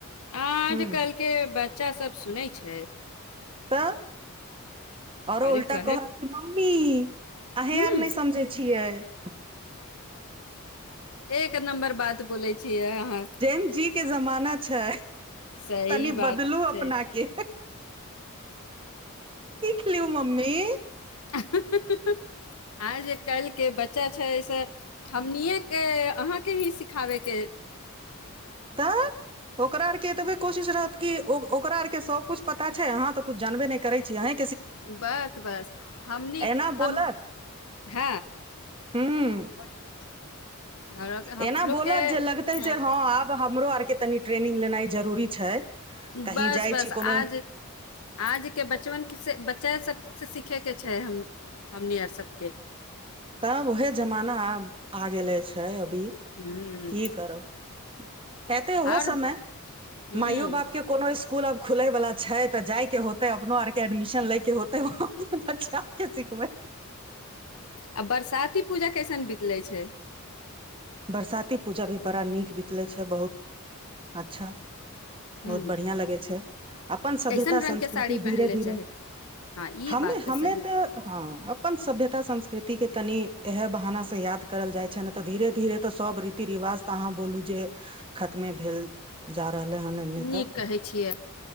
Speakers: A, on the left; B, on the right.
A: आजकल
B: हूँ
A: के बच्चा सब सुनै छै।
B: तऽ
A: खाली
B: आओर उल्टा
A: कहे
B: कहत मम्मी अहें
A: हूं
B: आर नहि समझे छियै। ह
A: एक नम्बर बात बोलै छियै अहाँ।
B: जेन जी के जमाना छै।
A: सही
B: तनि
A: बात
B: बदलू अपना
A: छै।
B: के <unintelligible> मम्मी।
A: आइ जे काल्हिके बच्चा छै से हमनिएके अहाके ही सिखाबयके
B: तऽ ओकरा आरके एतबे कोशिश रहत कि ओ ओकरा आर के सब कुछ पता छै अहा तऽ कुछ जानबे नै करे छी अन्हे
A: बस बस हमनी
B: एना
A: हम
B: बोलत
A: ह।
B: हूं
A: बट इ <unintelligible> आओर हमलोग
B: एना बोलत
A: के
B: जे लगतै
A: ह
B: जे हँ आब हमरो आर के तनि ट्रेनिंग लेनाइ जरूरी छै कहीं
A: बस
B: जाइ
A: बस
B: छी कोनो
A: आज आजके बचबन से बच्चे से से सीखेके छै हम हमनी आर सबके।
B: तब उहे जमाना आब आ गेल अछि। <unintelligible> अभी
A: ह
B: की करब। एते ओहो
A: आओर
B: समय
A: ह
B: माइयो बापके कोनो <unintelligible> कुल अब खुलै बला छै तऽ जायके होतै अपनो आर के एडमि शन लैके होतै वहाँ पर बच्चा के सिखबै
A: आ बरसाती पूजा कैसन बीतले छै
B: बरसाती पूजा भी बड़ा नीक बितलै छै बहुत अच्छा
A: ह
B: बहुत बढ़िआ लगै छै अपन सभ्यता
A: कैसन रंग
B: संस्कृति
A: के साड़ी
B: धीरे
A: पहिनले
B: धीरे
A: छै हँ ई
B: हमे
A: बात
B: हमे
A: सही
B: तऽ ह अपन सभ्यता संस्क कृति के तनि इहै बहाना से याद करल जाइ छै नहि तऽ धीरे धीरे तऽ सब री रीति रिवाज तऽ अहाँ बोलू जे खत्मे भेल जा रहलै हन एन्ने
A: नीक
B: तऽ
A: कहै छियै